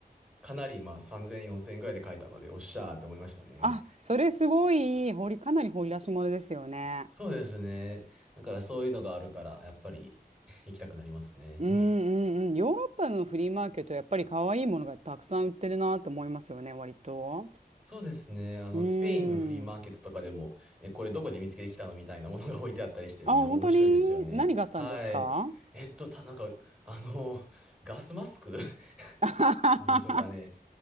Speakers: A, in the centre; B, on the right.
A: かなり、まあ、3000、4000円ぐらいで買えたので、おっしゃーって思いましたね。
B: あ、それすごい掘り、かなり掘り出し物ですよね。
A: そうですね。だからそういうのがあるから、やっぱり <laughs> 行きたくなりますね。
B: うんうんうん。
A: <laughs>
B: ヨーロッパのフリーマーケット、やっぱり可愛いものがたくさん売ってるなって思いますよね、割と。
A: そうですね。あの、
B: うー
A: スペインのフリーマーケットとかでも、
B: ん。
A: え、これどこで見つけてきたのみたいなものが置いてあったりしてね、
B: あ、本当に何があったんですか
A: <laughs> 面白いですよね。はい。えっと、た、なんか、あの、ガスマスク <laughs>
B: <laughs> は
A: なんでしょうかね。